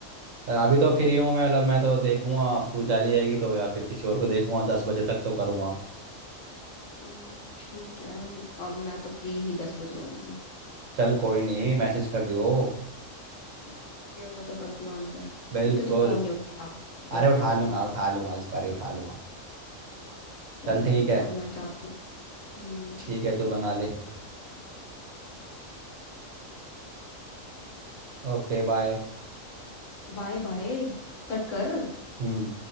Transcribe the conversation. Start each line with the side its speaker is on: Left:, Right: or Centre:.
Right: अभी तो फ्री हूँ मैं मतलब मैं तो देखूंगा अब तू चली जाएगी तो या फिर किसी और को देखूंगा दस बजे तक तो करूंगा
Left: हम्म, ठीक है और मैं तो फ्री ही दस बजे होंगी
Right: चल कोई नहीं मैसेज कर दियो
Left: फ्री होगा तो कर दियो आंसर
Right: बिल्कुल
Left: एक तो तू फोन नहीं उठाता बेवकूफ
Right: अरे उठा
Left: सा
Right: लूंगा उठा लूंगा इस बार ही उठा लूंगा
Left: चल
Right: चल ठीक
Left: चल
Right: है
Left: अब मैं जाती हूँ हम्म,
Right: ठीक
Left: ठीक
Right: है
Left: है
Right: तू बना ले Okay bye
Left: Bye bye कट कर
Right: हम्म